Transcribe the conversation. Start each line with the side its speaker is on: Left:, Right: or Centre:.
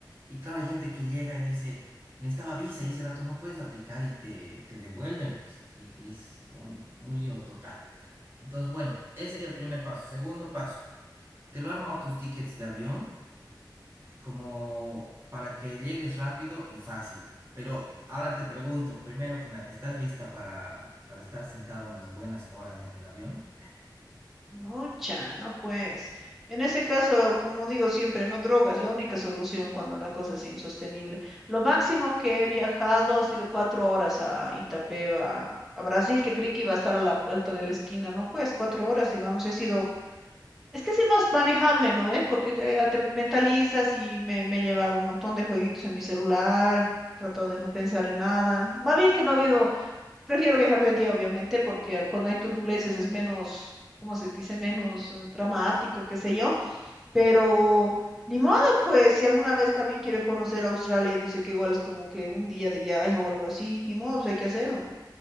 Right: Y claro, hay gente que llega y dice, necesitaba visa y ese rato no puedes aplicar y te, te devuelven, pues. Y, y es un, un lío total. Entonces, bueno, ese sería el primer paso. Segundo paso, te lo he armado tus tickets de avión como para que llegues rápido y fácil. Pero ahora te pregunto, primero que nada, ¿estás lista para, para estar sentada unas buenas horas en el avión?
Centre: no, cha, no pues. En ese caso, como digo siempre, no drogas, la única solución cuando la cosa es insostenible. Lo máximo que he viajado ha sido cuatro horas a Itapeva, a Brasil, que creí que iba a estar a la vuelta de la esquina. No, pues cuatro horas, digamos, y ha sido Es que es más manejable, ¿no ve? Porque te, ya te mentalizas y me, me he llevado un montón de jueguitos en mi celular, he tratado de no pensar en nada. Más bien que no ha habido, prefiero viajar de día, obviamente, porque cuando hay turbulencias es menos, ¿cómo se dice? Menos eh, dramático, qué sé yo. Pero ni modo, pues, si alguna vez también quiere conocer a Australia y dice que igual es como que un día de viaje o algo así, ni modo, pues hay que hacerlo.